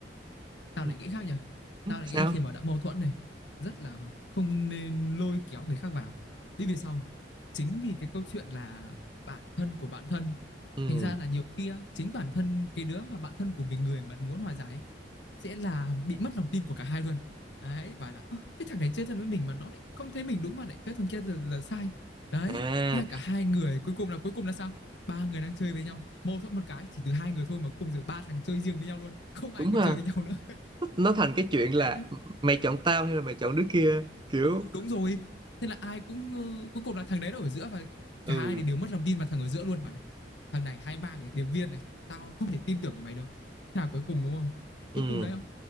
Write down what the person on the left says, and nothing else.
tao
lại nghĩ khác nha tao lại
nghĩ là khi mà đã mâu thuẫn này rất là không nên lôi kéo người khác vào đi vì sao chính vì cái câu chuyện là bạn thân của bạn thân
thành ra là nhiều khi á, chính bản thân cái đứa mà bạn thân của mình người mà muốn hòa giải ấy, sẽ là bị mất lòng tin của cả hai luôn đấy và là "Ơ, cái thằng này chơi thân với mình mà nó lại không thấy mình đúng mà lại chơi thằng kia là, là sai đấy
thế là cả hai người cuối cùng là cuối cùng là sao ba người đang chơi với nhau mâu thuẫn một cái chỉ từ hai người thôi mà cuối cùng giờ ba thằng chơi riêng với nhau luôn không ai
còn
chơi với nhau nữa
đấy nhá
ừ, đúng rồi thế là ai cũng ờ, cuối cùng là thằng đấy nó ở giữa và
cả hai thì đều mất lòng tin vào thằng ở giữa luôn bảo là thằng này hai mang này điệp viên này tao không thể tin tưởng vào mày được thế là cuối cùng đúng không
cuối cùng đấy không